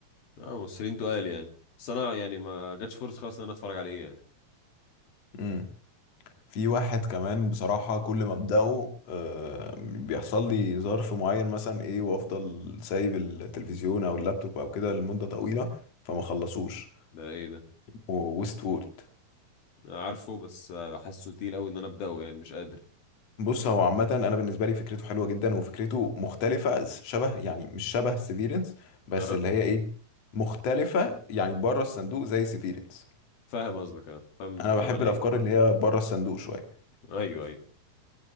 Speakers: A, on the left; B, on the left.
A: اه ممثلين تقال يعني بس انا يعني ما جاتش فرصة خالص ان انا اتفرج عليه يعني
B: مم. في واحد كمان بصراحة كل ما ابدأه آه، بيحصل لي ظرف معين مثلا ايه وافضل سايب التلفزيون او اللابتوب او كده لمدة طويلة فما خلصوش
A: ده ايه ده؟
B: ويست وورد
A: أنا عارفه بس آه، حاسه تقيل قوي ان انا ابدأه يعني مش قادر
B: بص هو عامة انا بالنسبة لي فكرته حلوة جدا وفكرته مختلفة شبه يعني مش شبه سيفيرنس بس
A: اه
B: اللي هي ايه مختلفة يعني بره الصندوق زي سيفيرنس
A: فاهم قصدك اه فاهم
B: انا
A: بتتكلم
B: بحب
A: عن ايه
B: الافكار اللي هي بره الصندوق شوية
A: ايوه ايوه